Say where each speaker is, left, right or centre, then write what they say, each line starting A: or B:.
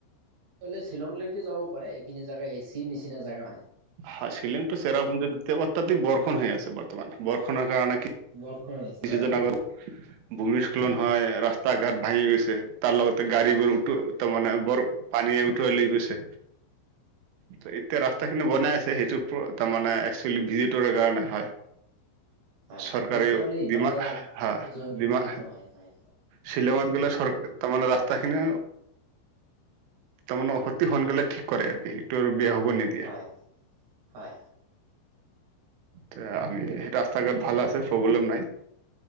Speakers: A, on the right; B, on the right.
A: গ'লে শ্বিলংলৈকে যাব পাৰে এইখিনি জেগা এচিৰ নিচিনা জেগা হয়।
B: হয় শিলিংটো চেৰাপুঞ্জিত এতিয়া অত্যাধিক বৰ্ষণ হৈ আছে বৰ্তমান বৰ্ষণৰ কাৰণে কি
A: বৰষুণ
B: কিছুদিন
A: না
B: আগত ভূমিস্খলন হয় ৰাস্তা ঘাট ভাঙি গৈছে তাৰ লগতে গাড়ী বোৰো টো তাৰ মানে বৰ পানীয়ে উটোৱাই লৈ গৈছে ত'এতিয়া ৰাস্তা কিন্তু বনাই আছে সেইটো তাৰ মানে একচুৱেলি ভিজিটৰ কাৰণে হয়।
A: হয়
B: চৰকাৰেও
A: তেতিয়াহলে ইফালে
B: ডিমা হা
A: যোৱাটো
B: ডিমা
A: ঠিক নহয় হয়।
B: শ্বিলঙত গ'লে চৰ তাৰমানে ৰাস্তাখিনি তাৰমানে অতি সোনকালে ঠিক কৰে আৰ কি সেইটো আৰু বেয়া হব নিদে
A: এ হয়।
B: তে আমি সেইটো ৰাস্তা -ঘাট ভাল আছে প্ৰব্লেম নাই